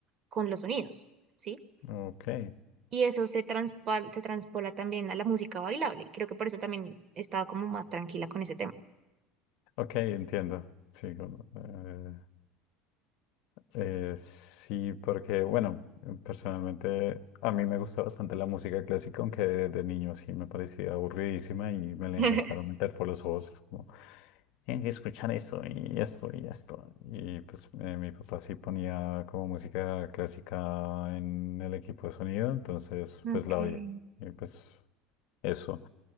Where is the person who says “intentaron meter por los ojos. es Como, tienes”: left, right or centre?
Left